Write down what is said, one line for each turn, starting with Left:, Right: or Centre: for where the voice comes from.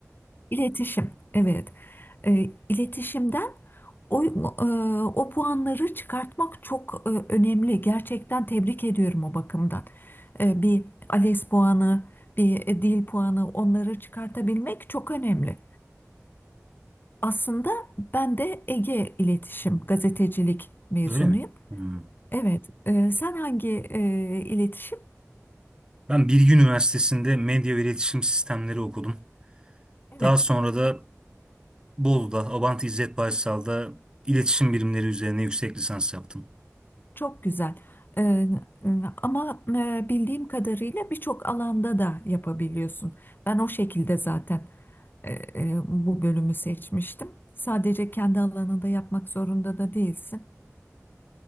Left: İletişim, evet. E, iletişimden o, e, o puanları çıkartmak çok e, önemli. Gerçekten tebrik ediyorum o bakımdan. E, bir ALES puanı, bir e, dil puanı onları çıkartabilmek çok önemli. Aslında ben de Ege İletişim Gazetecilik mezunuyum.
Right: Öyle mi? Hmm.
Left: Evet, e, sen hangi e, iletişim?
Right: Ben Bilgi Üniversitesi'nde medya ve iletişim sistemleri okudum.
Left: Evet,
Right: Daha sonra da Bolu'da Abant İzzet Baysal'da iletişim bilimleri üzerine yüksek lisans yaptım.
Left: çok güzel. Ee, e, ama e, bildiğim kadarıyla birçok alanda da yapabiliyorsun. Ben o şekilde zaten e, e, bu bölümü seçmiştim. Sadece kendi alanında yapmak zorunda da değilsin.